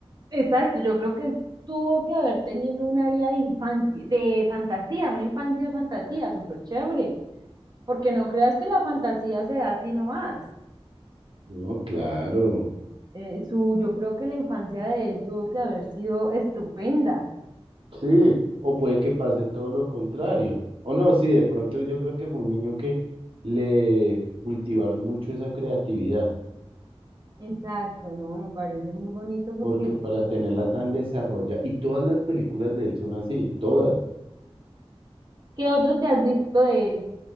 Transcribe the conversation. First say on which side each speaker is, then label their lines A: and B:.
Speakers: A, on the right; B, on the right.
A: Exacto, yo creo que él tuvo que haber tenido una vida de infancia, de fantasía, una infancia de fantasía, súper chévere, porque no creas que la fantasía se da así nomás.
B: No, claro.
A: Eh, su, yo creo que la infancia de él tuvo que haber sido estupenda.
B: Sí, o puede que pase todo lo contrario. O no, sí, de pronto yo creo que fue un niño que le cultivaron mucho esa creatividad,
A: Exacto, no, me parece muy bonito porque
B: porque para tenerla tan desarrollada, y todas las películas de él son así, todas.
A: ¿qué otro te has visto de él?